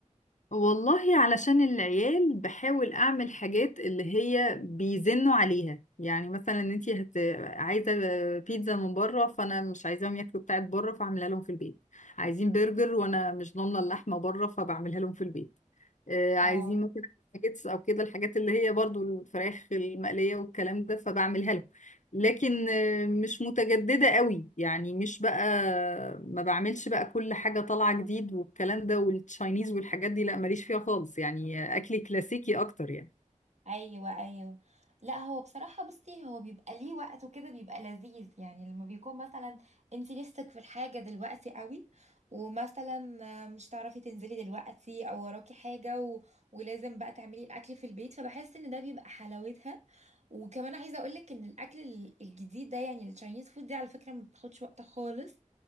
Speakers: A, on the left; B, on the right.
A: والله علشان العيال بحاول أعمل حاجات اللي هي بيزنوا عليها يعني مثلا انتي هت... عايزة بيتزا من بره فأنا مش عايزاهم ياكلوا بتاعت بره فأعملها لهم في البيت عايزين برجر وأنا مش ضامنة اللحمة بره فبعملها لهم في البيت آه،
B: اه
A: عايزين مثلا ناجتس أو كده الحاجات اللي هي برضو الفراخ المقلية والكلام ده فبعملها لهم لكن آه، مش متجددة قوي يعني مش بقى ما بعملش بقى كل حاجة طالعة جديد والكلام ده والتشاينيز والحاجات دي لا ماليش فيها خالص يعني آه، أكلي كلاسيكي أكتر يعني
B: ايوه ايوه لا هو بصراحه بصي هو بيبقى ليه وقت وكده بيبقى لذيذ يعني لما بيكون مثلا انت نفسك في الحاجه دلوقتي قوي ومثلا مش تعرفي تنزلي دلوقتي او وراكي حاجه و... ولازم بقى تعملي الاكل في البيت فبحس ان ده بيبقى حلاوتها وكمان عايزه اقولك ان الاكل ال- الجديد ده يعني التشاينيز فود دي على فكره ما بتاخدش وقت خالص